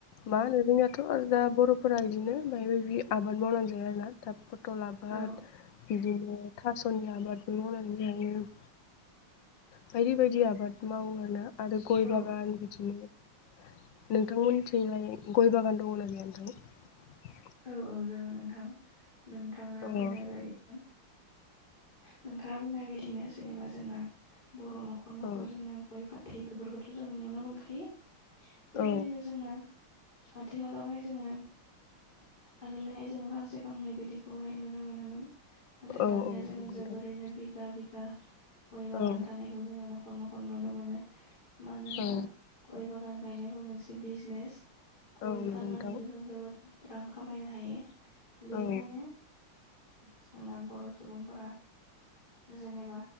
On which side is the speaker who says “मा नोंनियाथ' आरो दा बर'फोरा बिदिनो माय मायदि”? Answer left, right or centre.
Left